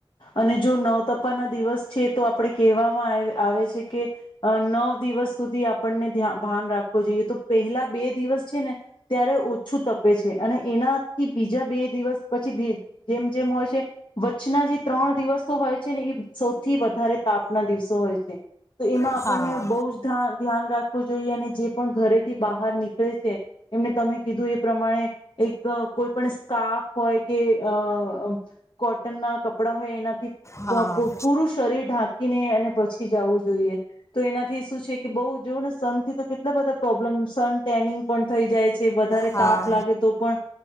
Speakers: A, on the left; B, on the left.
A: અને જો નવ તપાના દિવસ છે તો આપણે કહેવામાં આવે આવે છે કે અહ નવ દિવસ સુધી આપણને ધ્યાન ભાન રાખવું જોઈએ. તો પહેલા બે દિવસ છે ને ત્યારે ઓછું તપે છે અને એના થી બીજા બે દિવસ પછી ભી જેમ જેમ હોય છે વચના જે ત્રણ દિવ તો હોય છે ને, એ સૌથી વધારે તાપના દિવસો હોય છે. તો એમાં
B: હા
A: આપણને બહુજ ધ્યા-ધ્યાન રાખવું જોઈએ, અને જે પણ ઘરેથી બહાર નીકળે છે, એમને તમે કીધું એ પ્રમાણે એક તો કોઈ પણ સ કાઆફ હોય કે અહ અમ્મ કોટન ના કપ કપડાં હોય એનાથી
B: હા
A: પ પૂરું શરીર ઢાંકીને અને પછી જવું જોઈએ, તો એનાથી શું છે કે બહ જો પણ સન થી તો કેટલા બધા પ્રોબ્લેમ સન ટેનિંગ પણ થઈ જાય છે. તે વધારે
B: હા
A: તાપ લાગે તો પણ